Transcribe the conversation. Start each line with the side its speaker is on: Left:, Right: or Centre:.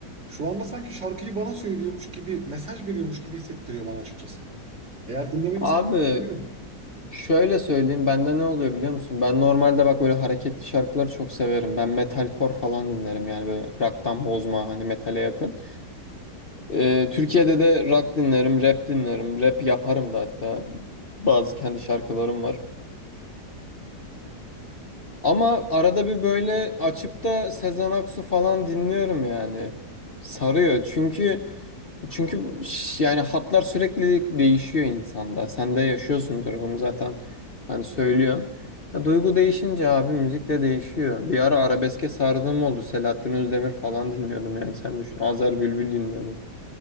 Right: Şu anda sanki şarkıyı bana söylüyormuş gibi, mesaj veriyormuş gibi hissettiriyor bana açıkçası. Eğer dinlemediysen
Left: Abi
Right: tavsiye ederim.
Left: şöyle söyleyeyim bende ne oluyor biliyor musun? Ben normalde bak böyle hareketli şarkıları çok severim. Ben metalcore falan dinlerim yani böyle rock'tan bozma hani metale yakın. Ee, Türkiye'de de rock dinlerim, rap dinlerim, rap yaparım da hatta. Bazı kendi şarkılarım var. Ama arada bir böyle açıp da Sezen Aksu falan dinliyorum yani. Sarıyor. Çünkü çünkü ş- yani hatlar sürekli değişiyor insanda. Sen de yaşıyorsundur bunu zaten. Hani söylüyorsun. Ya duygu değişince abi müzik de değişiyor. Bir ara arabeske sardığım oldu. Selahattin Özdemir falan dinliyordum yani sen düşün. Azer Bülbül dinliyordum.